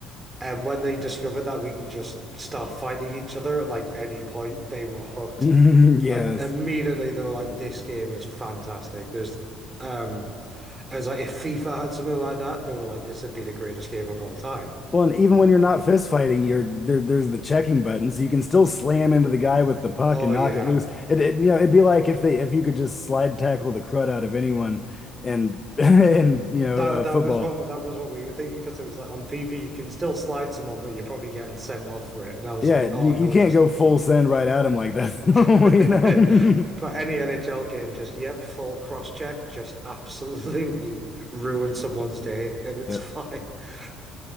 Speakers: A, on the right (about 25°); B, on the left (about 25°).
A: and when they discovered that we could just start fighting each other at like any point, they were hooked.
B: <laughs> Yes.
A: Like immediately they were like, this game is fantastic. There's um, I was like, if FIFA had something like that, they were like, this would be the greatest game of all time.
B: Well, and even when you're not fist fighting, you're there, there's the checking button, so you can still slam into the guy with the puck
A: Oh
B: and knock
A: yeah.
B: it loose. It, it you know, it'd be like if they if you could just slide tackle the crud out of anyone and <laughs> and you know,
A: That
B: uh,
A: that
B: football.
A: was what that was what we were thinking because it was like on FIFA you can still slide someone, but you're probably getting sent off for it. And I was
B: Yeah,
A: like, oh
B: you, you
A: no,
B: can't
A: just
B: go full send right at him like that,
A: <laughs>
B: <laughs> you know. <laughs>
A: But any NHL game, just yep, full cross check, just absolutely ruin someone's day, and it's
B: Yep.
A: fine. <laughs>